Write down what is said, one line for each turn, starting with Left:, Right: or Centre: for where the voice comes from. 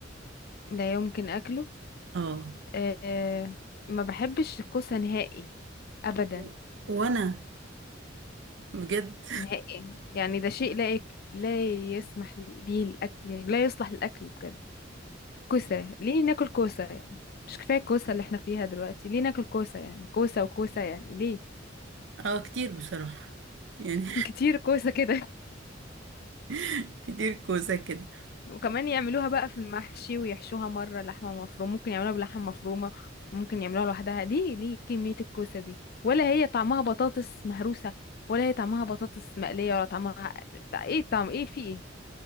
Left: لا يمكن اكله
Right: اه
Left: أه ما بحبش الكوسة نهائي ابدا
Right: و- وانا بجد
Left: نهائي يعني ده شيء لا يك... لا يسمح به الأكل يعني لا يصلح للأكل بجد كوسة ليه ناكل كوسة يعني مش كفاية الكوسة اللي احنا فيها دلوقتي ليه ناكل كوسة يعني كوسة وكوسة يعني ليه
Right: <laughs> اه كتير بصراحة يعني
Left: كتير كوسة كده <laughs>
Right: <laughs> كتير كوسة كده
Left: وكمان يعملوها بقى في المحشي ويحشوها مرة لحمة مفرومة ممكن يعملوها بلحمة مفرومة ممكن يعملوها لوحدها ليه ليه كمية الكوسة دي ولا هي طعمها بطاطس مهروسة ولا هي طعمها بطاطس مقلية ولا طعمها ايه طعم ايه في ايه